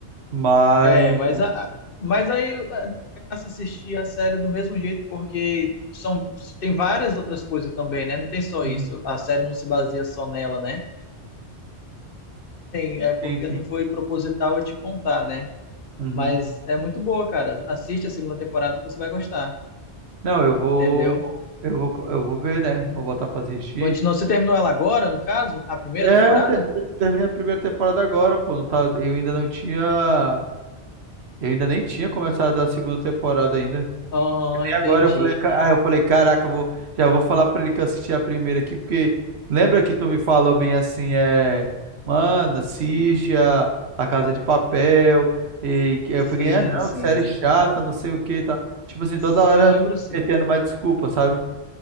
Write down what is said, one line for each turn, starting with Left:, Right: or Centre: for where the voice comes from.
Right: Mas.
Left: É, mas, a, mas aí a graça assistir a série do mesmo jeito, porque são, tem várias outras coisas também, né? Não tem só
Right: Uhum.
Left: isso. A série não se baseia só nela, né? Tem, é porque
Right: Sim, sim.
Left: não foi proposital eu te contar, né?
Right: Uhum.
Left: Mas é muito boa, cara. Assiste a segunda temporada que você vai gostar,
Right: Não, eu vou,
Left: entendeu?
Right: eu vou, eu vou ver, né? Vou botar pra assistir.
Left: Continua. Você terminou ela agora, no caso? A primeira
Right: É,
Left: temporada?
Right: eu te- te- terminei a primeira temporada agora, pô. Não tá, eu ainda não tinha, eu ainda nem tinha começado a segunda temporada ainda.
Left: Aham,
Right: E
Left: entendi.
Right: agora eu falei, ca- ah, eu falei, caraca, eu vou, já vou falar pra ele que eu assisti a primeira aqui, porque lembra que tu me falou bem assim, é, mano, assiste a, a Casa de Papel, e que eu
Left: Sim,
Right: peguei, ah, não,
Left: sim.
Right: que série chata, não sei o que, tá. Tipo assim,
Left: Sim,
Right: toda hora
Left: eu lembro sim.
Right: metendo mais desculpa, sabe?